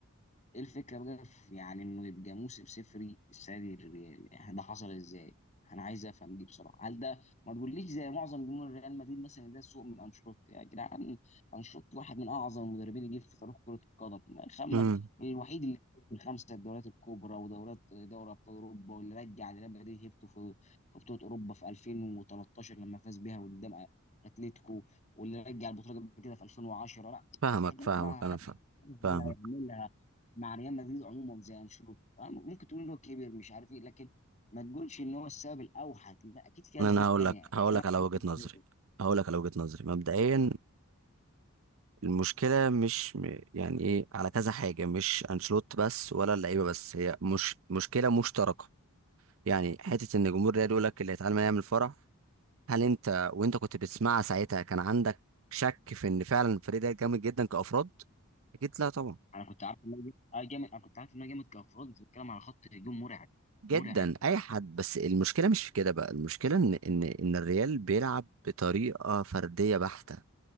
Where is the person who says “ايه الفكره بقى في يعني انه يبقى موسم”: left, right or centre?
Left